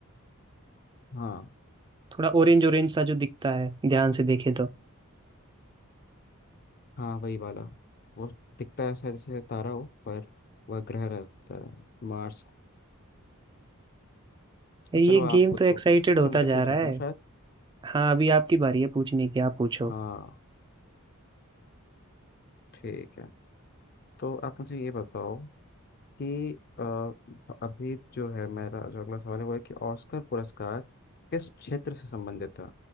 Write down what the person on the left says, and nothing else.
हाँ
हाँ वही वाला वो दिखता है ऐसा जैसे तारा हो पर वह ग्रह रहता है मार्स
चलो आप
पूछो
अच्छा
मुझे
पूछना
था
ना शायद
हाँ ठीक है तो आप मुझे ये बताओ कि अ, अभी जो है मेरा जो अगला सवाल है वो है कि ऑस्कर पुरस्कार किस क्षेत्र से संबंधित है